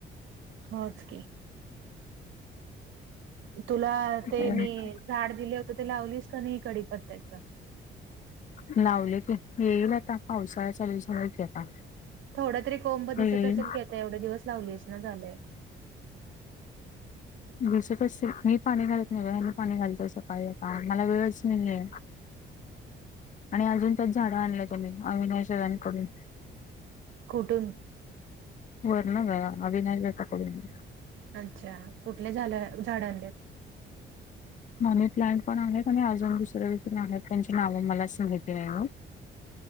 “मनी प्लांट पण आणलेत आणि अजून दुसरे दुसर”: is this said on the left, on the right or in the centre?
Left